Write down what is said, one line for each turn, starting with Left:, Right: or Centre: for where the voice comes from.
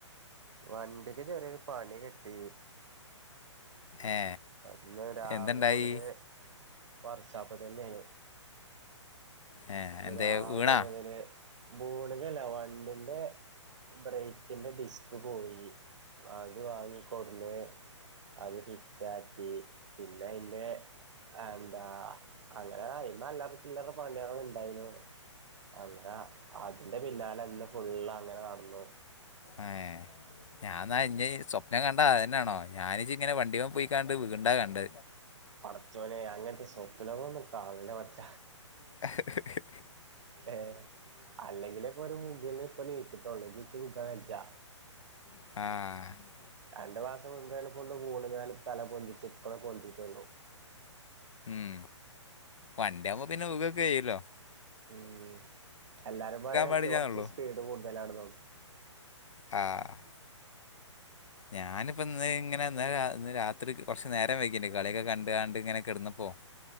Right: വണ്ടിക്ക് ചെറിയൊരു പണി കിട്ടി
Left: ഏ
Right: ഇന്ന് രാവിൽ
Left: എന്തുണ്ടായി
Right: മുതല് വർക്ക്‌ഷാപ്പിൽ തന്നെയാണ്
Left: ഏ
Right: ഇന്ന്
Left: എന്തേ
Right: രാവിലെ
Left: വീണാ
Right: മുതല് ബൂണ്ക്കല്ല വണ്ടിന്റെ ബ്രേക്കിന്റെ ഡിസ്ക് പോയി അത് വാങ്ങിക്കൊടുന്ന് അത് ഫിറ്റ് ആക്കി പിന്നെ അയിന്റെ എന്താ അങ്ങനെയ്മെ അല്ലാറ ചില്ലറ പണിയാള്ണ്ട് ണ്ടായിനു അങ്ങനെ അതിന്റെ പിന്നാലെ ന്ന് ഫുള്ള് അങ്ങനെ നടന്നു.
Left: ഏ ഞാന്നാ ഇനി സ്വപ്നം കണ്ടത ന്നെ ണോ? ഞാനി ചിങ്ങനെ വണ്ടി പോയി കാണ്ട് വീക്ണ്ടാ കണ്ട്.
Right: പടച്ചോനെ അങ്ങനത്തെ സ്വപ്നങ്ങളൊന്നും കാണല്ലേ? മച്ച.
Left: <unintelligible>
Right: ഏ അല്ലെങ്കിലേ ഇപ്പൊ ഒരു ബുകല്ന്ന് ഇപ്പൊ നീച്ചിട്ടൊള്ളു. നിച്ച്, ബുകാ വയ്യ
Left: ആഹ്‌
Right: രണ്ട് മാസം മുമ്പോണ് പൊന്ന് വീണ് കാണ്ട് ഞാൻ തല പൊന്തിച്ച് ഇപ്പണ് പൊന്തീറ്റൊള്ളു.
Left: മ് വണ്ടിയാവുമ്പോ പിന്നെ വുകൊക്കെ ചെയല്ലോ?
Right: മ്, എല്ലാരും പറണ്.
Left: പാടില്ലാന്നുള്ളു
Right: ഇച്ച് കൊർച്ച് സ്പീഡ് കൂടുതലാണ്. നൊ
Left: ആഹ്‌ ഞാനിപ്പോ, ഇന്ന് ഇങ്ങനെ ഇന്നലെ ഇന്ന് രാത്രി കൊർച് നേരം വയ്കീന് കളിയൊക്കെ കണ്ട് കാണ്ട് ഇങ്ങനെ കെടന്നപ്പോ? <inaudible>